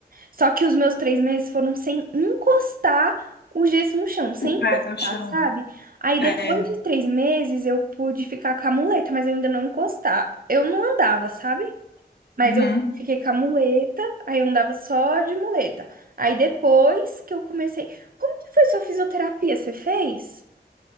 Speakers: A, on the right; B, on the left.
A: Só que os meus três meses foram sem encostar o gesso no chão, sem
B: O pé
A: encostar,
B: no chão.
A: sabe? Aí
B: É.
A: depois de três meses eu pude ficar com a muleta, mas eu ainda não encostar. Eu não andava, sabe? Mas
B: Uhum.
A: eu fiquei com a muleta, aí eu andava só de muleta. Aí depois que eu comecei. Como que foi sua fisioterapia? Você fez?